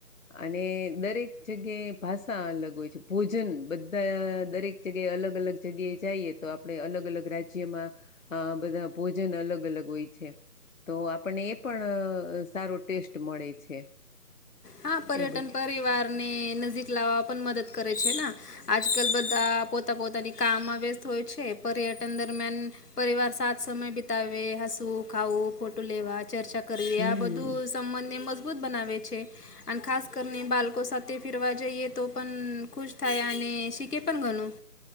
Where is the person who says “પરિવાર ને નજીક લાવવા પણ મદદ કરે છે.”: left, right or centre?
Left